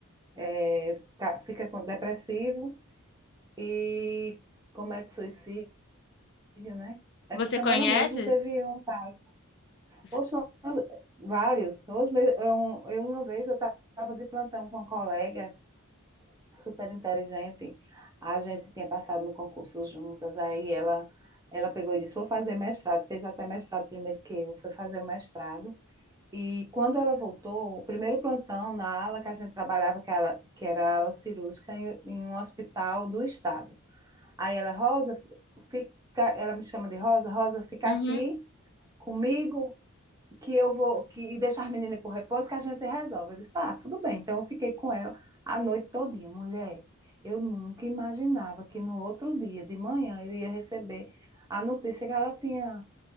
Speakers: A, on the right; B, on the left.
A: é, ca- fica com- depressivo, e comete suicídio, né? Essa
B: Você
A: semana
B: conhece?
A: mesmo teve um caso,
B: Você-
A: Hoje nós- vários. Hoje eu, eu- uma vez eu estava de plantão com uma colega super inteligente. A gente tinha passado no concurso juntas. Aí ela, ela pegou e disse: Vou fazer mestrado. Fez até mestrado primeiro que eu. Foi fazer o mestrado. E quando ela voltou, o primeiro plantão na ala que a gente trabalhava, que era, que era a ala cirúrgica, em, em um hospital do estado. Aí ela, Rosa, fica, ela me chama de Rosa, Rosa, fica
B: Uhum,
A: aqui comigo que eu vou que e deixar as meninas por repouso que a gente resolve. Eu disse, tá, tudo bem. Então eu fiquei com ela a noite todinha, mulher. Eu nunca imaginava que no outro dia de manhã eu ia receber a notícia que ela tinha